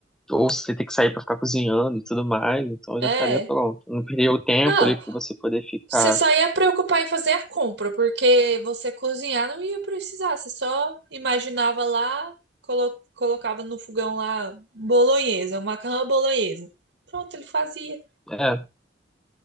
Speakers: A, in the centre; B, on the right (about 65°).
A: ou você ter que sair para ficar cozinhando e tudo mais, então
B: é.
A: já estaria pronto. Não perderia o tempo
B: Não,
A: ali para você poder ficar.
B: você só ia preocupar em fazer a compra, porque você cozinhar não ia precisar. Você só imaginava lá, colo- colocava no fogão lá bolonhesa, um macarrão à bolonhesa. Pronto, ele fazia,
A: É,